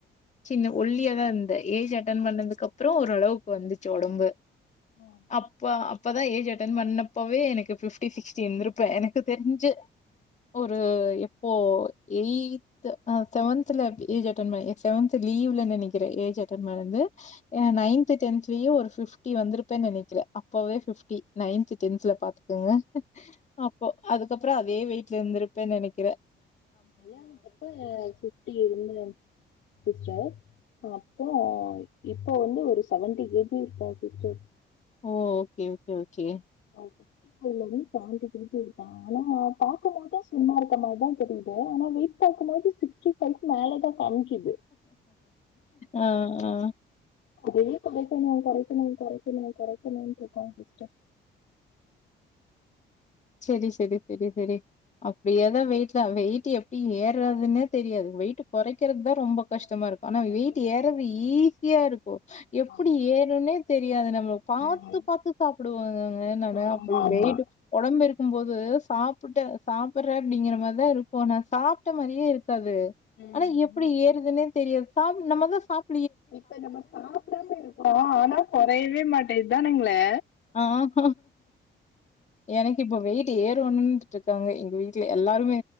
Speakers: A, on the left; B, on the left.
A: சின்ன ஒல்லியா தாருந்தே ஏஜ் அட்டன் பண்ணதுக்கு அப்றோ ஓரளவுக்கு வந்துச்சு ஒடம்பு
B: ம்
A: அப்ப அப்பதா ஏஜ் அட்டென் பண்ணப்பவே எனக்கு பிப்டி சிக்ஸ்டி இருந்திருப்பே எனக்கு தெரிஞ்சு ஒரு எப்போ எய் செவன்த்ல ஏஜ் அட்டென் பன்ன செவன்த் லீ்வ்ல நெனைக்கிறே ஏஜ் அட்டென் பன்னது அ நைன்து டென்த்லயே ஒரு பிப்டி வந்துரு அப்பவே நினைக்கிறே அப்பவே பிப்டி நைன்து டென்த்ல பாத்துக்கங்க அப்போ அதுக்கப்புறோ அதே வெய்ட்டுல இருந்திருப்பேன்னு நினைக்கிறே
B: கல்யாணத்தப்ப பிப்டி இருந்தே சிஸ்டர் அப்போ அ இப்போ வந்து ஒரு செவன்டி கேஜி இருப்பே சிஸ்டர்
A: ஓ ஓகே ஓகே ஓகே
B: ஓகே <unintelligible> ஆனா பார்க்க போதும் சும்மா இருக்க மாரிதா தெரியுது ஆனா வெய்ட் பாக்கு போது சிக்ஸ்டி ஃபய்க்கு மேலதா காமிக்குது
A: ஆ ஆ
B: வெயிட்டா கொறைக்கனு கொறைக்கனு கொறைக்கனு கொறைக்கனுன்ற இருக்கே சிஸ்டர்
A: சேரி சேரி சேரி சேரி அப்டியேதா வெயிட்ல வெயிட் எப்பிடி ஏறதுன்னே தெரியாது வெயிட் கொறைக்கிறது தா ரொம்ப கஷ்டமா இருக் ஆனா
B: கஷ்டமா
A: வெயிட்
B: இருக்கு
A: ஏறவு ஈஸியா இருக்கு எப்பிடி
B: ஆமா
A: ஏறுனே தெரியாது நம்ம பாத்து
B: ம்
A: பாத்து சாப்புடுவோனுங்கங்க நானு
B: ஆமா
A: அப்பிடி
B: ஆமா
A: வெயிட்டு ஒடம்பு இருக்கு போது சாப்புட்ட சாப்பிற அப்பிடிங்கிற மாரிதா இருக்குகோ நா சாப்ட மாரியே இரு காது
B: ம்
A: ஆனா எப்புடி ஏறுதுன்னே தெரியாது சாப் நம்மதா சாப்
B: இப்போ நம்ம சாப்புடாம இருக்கோ ஆனா கொறையவே மாட்டேதுதானேங்கலே
A: ஆக எனக்கு இப்போ வெயிட்டு ஏறோனுன்ட்டு இருக்காங்க எங்க வீட்டுல எல்லாருமே